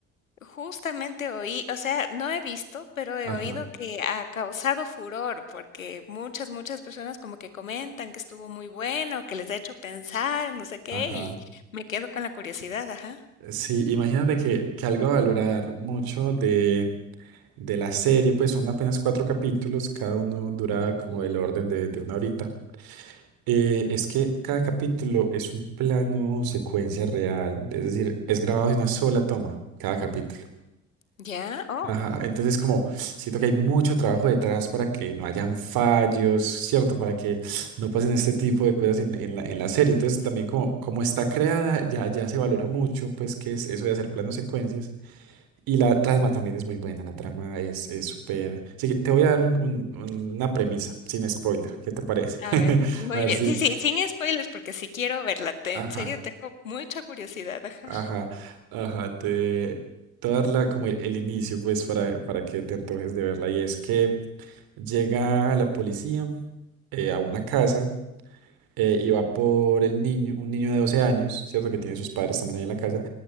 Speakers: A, on the left (about 80°); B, on the right (about 60°).
A: justamente oí, o sea, no he visto, pero he
B: Ajá,
A: oído que ha causado furor, porque muchas, muchas personas como que comentan que estuvo muy bueno, que les ha hecho pensar, no sé qué,
B: ajá.
A: y me quedo con la curiosidad, ajá.
B: Sí, imagínate que, que algo a valorar mucho de, de la serie, pues son apenas cuatro capítulos, cada uno dura como el orden de, de una horita. Eh, es que cada capítulo es un plano secuencia real, es decir, es grabado de una sola toma, cada capítulo.
A: ¿Ya? Oh.
B: Ajá, entonces como siento que hay mucho trabajo detrás para que no hayan fallos, ¿cierto? Para que no pasen este tipo de cosas en, en la, en la serie. Entonces también como, como está creada, ya, ya se valora mucho, pues que es eso de hacer planos secuencias. Y la trama también es muy buena, la trama es es súper... Así que te voy a dar un- un- una premisa, sin spoiler, ¿qué te parece?
A: A
B: <laughs>
A: ver, muy
B: A ver
A: bien.
B: si...
A: Sí, sí, sin spoilers, porque sí quiero verla. te-
B: Ajá,
A: en serio, tengo mucha curiosidad. Ajá.
B: ajá, ajá, te, te voy a dar la- como el, el inicio, pues, para, para que te antojes de verla. Y es que... Llega la policía eh, a una casa eh, y va por el niño, un niño de 12 años, ¿cierto? Que tiene sus padres también ahí en la casa,